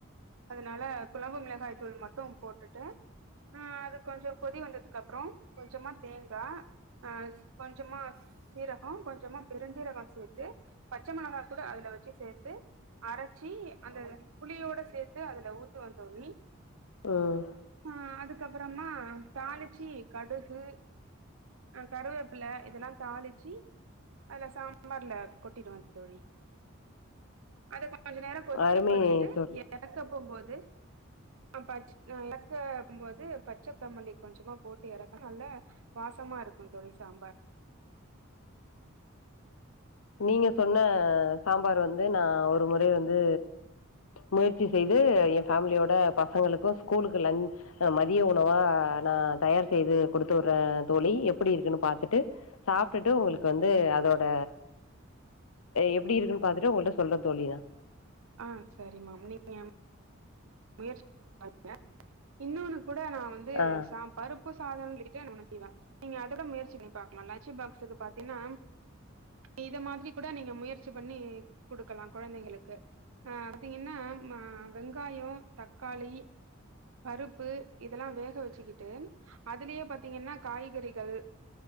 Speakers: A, on the right; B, on the left.
A: அதனால குழம்பு மிளகாய் தூள் மட்டும் போட்டுட்டு ஆ அது கொஞ்சோ கொதி வந்ததுக்கு அப்றோ கொஞ்சமா தேங்கா ஆ கொஞ்சமா சீரகோ கொஞ்சமா பெருஞ் சீரகோ சேத்து பச்சமிளகா கூட அதுல வச்சு சேத்து அரச்சி அந்த புளியோட சேத்து அதுல ஊத்துவந்தோழி
B: ம்
A: ஆ அதுக்கப்பறமா தாளிச்சி கடுகு அ கருவேப்ல இதெல்லா தாளிச்சு அதுல சாம்பார்ல கொட்டிடுவே தோழி அது கொஞ்ச நேரம் கொதிக்க
B: அருமை
A: வச்சுட்டு
B: தோழி
A: இறக்க போம்போது ஆ பச் நல்லா கம் போது பச்ச தமல்லி கொஞ்சமா போட்டு இறக்குனா நல்லா வாசமா இருக்கு தோழி சாம்பார்
B: நீங்க சொன்ன சாம்பார் வந்து நா ஒரு முறை வந்து முயற்சி செய்து ஏ பேமிலியோட பசங்களுக்கு ஸ்கூலுக்கு லஞ்ச் மதிய உணவா நா தயார் செய்து குடுத்து வுட்றே தோழி எப்டி இருக்குன்னு பாத்துட்டு சாப்டுட்டு உங்களுக்கு வந்து அதோட எப்டி இருக்குன்னு பாத்துட்டு உங்ககிட்ட சொல்றே தோழி நா
A: ஆ சரி மா மு நீங்க முயற்சி பண்ணுங்க இன்னொன்னு கூட நா வந்து
B: ஆ
A: சாம் பருப்பு சாதம்னு சொல்லிட்டு நா ஒண்ணு செய்வே நீங்க அதோட முயற்சி பண்ணி பாக்கலாம் லஞ்சு பாக்ஸுக்கு பாத்தீங்கன்னா இத மாதிரி கூட நீங்க முயற்சி பண்ணி குடுக்கலா கொழந்தைங்களுக்கு ஆ பாத்தீங்கன்னா ம வெங்காயோ தக்காளி பருப்பு இதெல்லா வேக வச்சுக்கிட்டு அதிலயே பாத்தீங்கன்னா காய்கறிகள்